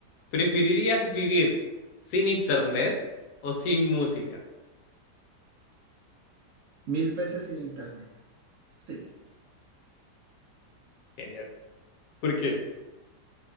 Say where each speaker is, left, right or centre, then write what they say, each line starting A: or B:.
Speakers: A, on the left; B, on the right.
A: ¿Preferirías vivir sin internet o sin música?
B: Mil veces sin internet. Sí.
A: Genial. ¿Por qué?